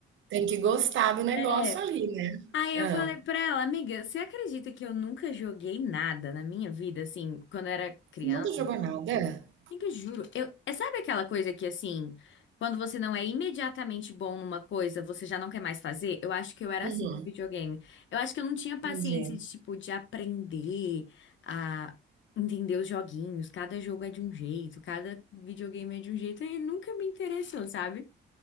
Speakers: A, on the right (about 75°); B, on the left (about 70°).
A: Tem que gostar do negócio
B: É.
A: ali, né?
B: Aí
A: Hã.
B: eu falei pra ela, amiga, você acredita que eu nunca joguei nada na minha vida, assim, quando eu era criança?
A: Você nunca jogou nada?
B: Amiga, juro. Eu, é, sabe aquela coisa que, assim, quando você não é imediatamente bom numa coisa, você já não quer mais fazer? Eu acho que eu era
A: Uhum,
B: assim com videogame. Eu acho que eu não tinha paciência
A: entendi.
B: de, tipo, de aprender a entender os joguinhos. Cada jogo é de um jeito, cada videogame é de um jeito, e nunca me interessou, sabe?